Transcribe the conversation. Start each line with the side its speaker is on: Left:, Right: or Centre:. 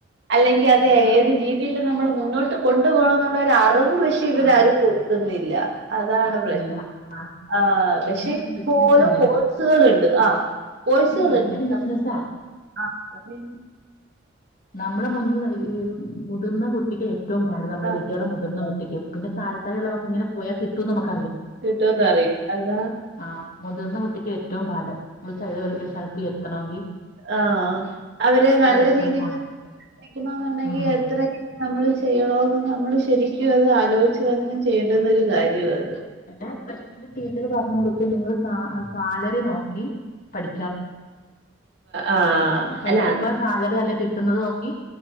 Right: അല്ലെങ്കിൽ അത്
Left: നമ്മള്
Right: ഏത് രീതിൽ നമ്മൾ മുന്നോട്ട് കൊണ്ടു പോകണംന്നുള്ള ആർ കുറവ് പക്ഷെ ഇവരാരും
Left: ആഹ്
Right: കൊടുക്കുന്നില്ല അതാണ്
Left: അതില്ല
Right: പ്രശ്നം
Left: ആഹ്
Right: ആ പക്ഷെ
Left: എല്ലാർക്കും
Right: ഇഷ്ടംപോലെ
Left: ബിസിനസ് അല്ലേ
Right: കോഴ്സുകളുണ്ട് ആ കോഴ്സുകളുണ്ട്
Left: അതാണ് എല്ലാരും ബിസിനസാ
Right: ആ പി
Left: നമ്മുടെ മുന്നിൽ ഒരു മുതിർന്ന കുട്ടിക്ക് ഏറ്റവും പാട് നമ്മുടെ
Right: ആഹ്
Left: വീട്ടിലുള്ള മുതിർ കുട്ടിക്ക് പിന്നെ താഴേ താഴേയുള്ളവർക്ക് ഇങ്ങനെ പോയാൽ മതി തു നമുക്ക്
Right: കിട്ടുംന്ന് അറിയാ അതാ
Left: ആഹ് മുതിർന്ന കുട്ടിക്ക് ഏറ്റവും പാട് ഒരു സ് സ്ഥലത്ത് എത്തണമെങ്കിൽ
Right: ആഹ അവര് നല്ല
Left: ഏത് വഴിക്കൂടെ
Right: രീതില്
Left: പോണന്ന്
Right: എത്തിക്കണന്നുണ്ടെങ്കിൽ
Left: ഉം
Right: എത്ര നമ്മള് ചെയ്യണോന്ന് നമ്മള് ശരിക്കും അത് ആലോചിച്ചു തന്നെ ചെയ്യേണ്ടുന്നൊരു കാര്യമാ അത്
Left: എ പ്ല ടൂ ടീച്ചർ പറഞ്ഞു കൊടുത്തു നിങ്ങള് സാലറി നോക്കി പഠി
Right: ആഹ്
Left: പഠിക്കുമ്പോ
Right: അല്ല
Left: സാലറി നല്ല കിട്ടുന്നത് നോക്കി